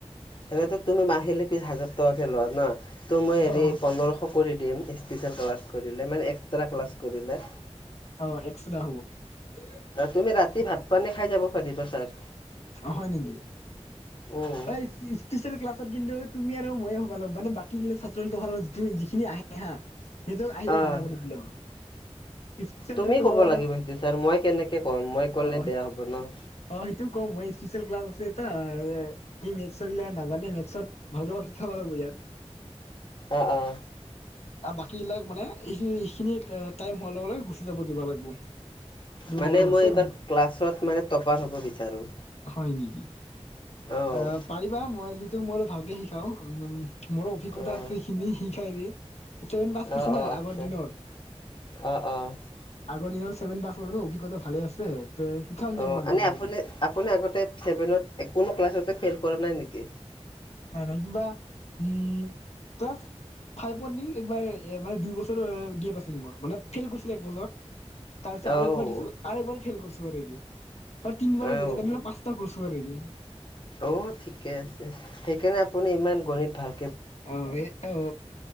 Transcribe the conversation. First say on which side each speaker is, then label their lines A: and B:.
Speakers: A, on the left; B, on the left.
A: এনেতো তুমি মাহিলী ফিজ হাজাৰ টকাকে লোৱা ন। ত' মই হেৰি
B: অ
A: পোন্ধৰশ কৰি দিম স্পেচিয়েল ক্লাছ কৰিলে মানে এক্সট্ৰা ক্লাছ কৰিলে।
B: অ <unintelligible>
A: তুমি ৰাতি ভাত পানী খাই যাব পাৰিবা ছাৰ।
B: অ হয় নেকি
A: উম
B: এই স্পেচিয়েল ক্লাছত কিন্তু তুমি আৰু ময়ে হ'ব লাগব মানে বাকী গিলা ছাত্ৰ হিল যিটো যিখিনি আহে হা। সেইটো আহিব
A: অ'।
B: মনা কৰি দিলে হ'ল। স্পেচিয়েলটো
A: তুমি
B: তোৰ
A: কব লাগিব সেইটো ছাৰ মই কেনেকে কম মই কলে
B: অ
A: বেয়া হ'ব ন।
B: অ সেইটো কম মই স্পচিয়েল ক্লাছ আছে এটা সি মেথছৰ গিলা নাজানে মেথছত ভালক শিকাব লাগিব ইয়াক
A: অ অ
B: আৰু বাকী বিলাক মানে এইখিনি টাইম হোৱাৰ লগে লগে গুচি যাব দিব লাগিব
A: মানে
B: ম হৈছে
A: মই এইবাৰ ক্লাছত মানে টপাৰ হ'ব বিচাৰোঁ।
B: হয় নেকি
A: অ'
B: আহ পাৰিবা মই যিটো মোৰ ভালকে শিকাও উম নোম মোৰ অভিজ্ঞতা
A: অ'
B: আছে সখিনি শিকাই দে ভেন পাছ কৰিছো
A: অ'
B: ন
A: অ' আচ্ছা
B: আগৰ দিনৰ
A: অ' অ'।
B: আগৰ দিনৰ <unintelligible> ছেভেন পাছ কৰিব অভিজ্ঞতা ভালে আছে তে শিকাম দে
A: অ
B: মই
A: এনে আপুনি আপুনি আগতে চছেভেনত কোনো ক্লাছতে ফেইল কৰা নাই নেকি?
B: নাই নাই কিবা উম ক্লাছ ফাইভত এইবাৰ মানে দুই বছৰ গেফ দছিল মোৰ মানে ফেইল কৰিছিলো একবছৰ <unintelligible> তাৰপছ আৰুবাৰ
A: অ',
B: দি আৰুবাৰে ফেল কৰিছো ত ৰেগী <unintelligible> তাৰ তিন বাৰৰ
A: অ',
B: যেনে পাঁচটা কৰিছ <unintelligible> ৰেগিং
A: অ ঠিকে আছে সেইকাৰণে আপুনি ইমান গণিত ভাল
B: অৱ হে অৱ